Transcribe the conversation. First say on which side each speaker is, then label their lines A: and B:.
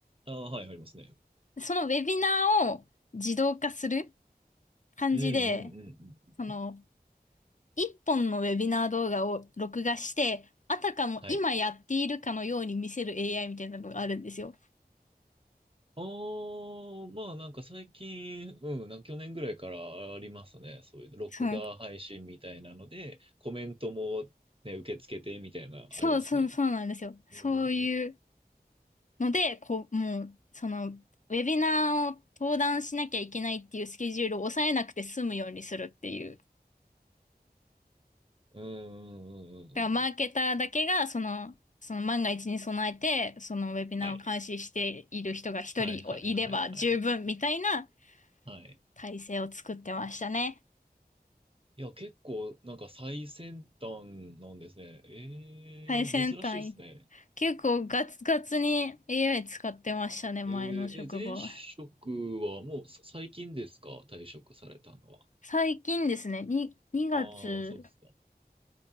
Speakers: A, on the right; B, on the left.
A: ああ、はい、ありますね。
B: そのウェビナーを自動化する感じで、
A: うんうんうんうん。
B: その、一本のウェビナー動画を録画して、あたかも今やっているかのように見せる
A: はい。
B: AI みたいなのがあるんですよ。
A: ああ、まあなんか最近、うん、なんか去年ぐらいからありますね。そういうの録画配信みたいなので、
B: そう、
A: コメントもね、受け付けてみたいな、
B: そうそう、
A: ありますね。
B: そうなんですよ。そういう
A: うん
B: ので、こう、もう、その、ウェビナーを登壇しなきゃいけないっていうスケジュールを抑えなくて済むようにするっていう。
A: うんうんうんうんうん。
B: だからマーケターだけが、その、その万が一に備えて、そのウェビナーを監視している人が一人いれば十分みたいな
A: はい。はいはいはいはい。はい。
B: 体制を作ってましたね。
A: いや、結構なんか最先端なんですね。えー、
B: 最先端。
A: 珍しいですね。
B: 結構ガツガツに AI 使ってましたね、前の職場は。
A: えー、え、前職はもうさ最近ですか退職されたのは。
B: 最近ですね、に、2月。
A: ああ、そうですか。